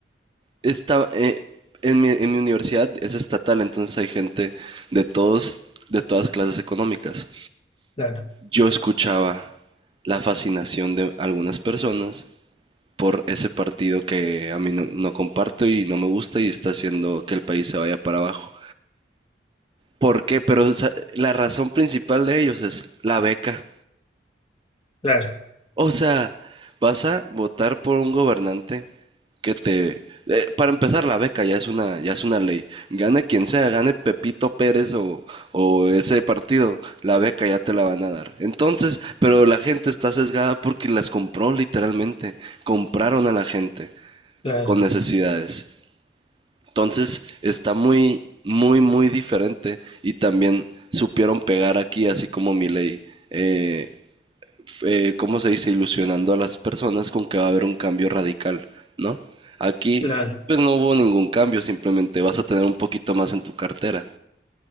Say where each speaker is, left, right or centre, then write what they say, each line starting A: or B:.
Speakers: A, on the right (about 25°); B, on the left (about 30°).
A: está, eh, en mi, en mi universidad es estatal, entonces hay gente de todos, de todas clases económicas.
B: Claro,
A: Yo escuchaba la fascinación de algunas personas por ese partido que a mí no, no comparto y no me gusta y está haciendo que el país se vaya para abajo. ¿Por qué? Pero o sea, la razón principal de ellos es la beca.
B: claro,
A: O sea, vas a votar por un gobernante que te... eh, para empezar, la beca ya es una, ya es una ley. Gane quien sea, gane Pepito Pérez o, o ese partido, la beca ya te la van a dar. Entonces, pero la gente está sesgada porque las compró literalmente. Compraron a la gente
B: claro,
A: con necesidades. Entonces, está muy, muy, muy diferente. Y también supieron pegar aquí, así como mi ley. eh, eh, ¿cómo se dice? Ilusionando a las personas con que va a haber un cambio radical, ¿no? Aquí,
B: claro.
A: pues no hubo ningún cambio, simplemente vas a tener un poquito más en tu cartera.